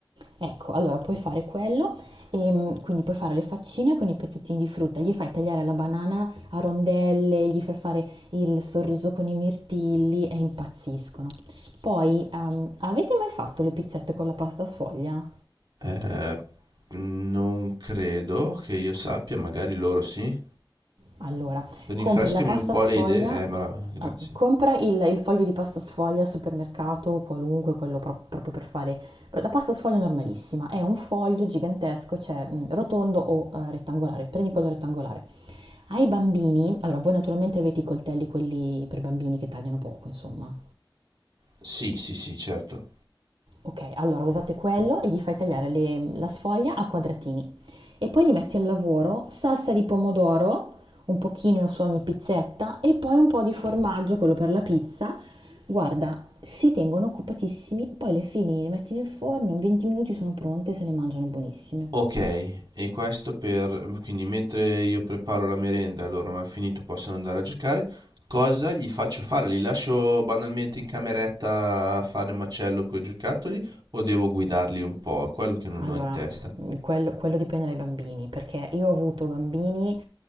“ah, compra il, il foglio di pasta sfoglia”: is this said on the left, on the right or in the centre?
Right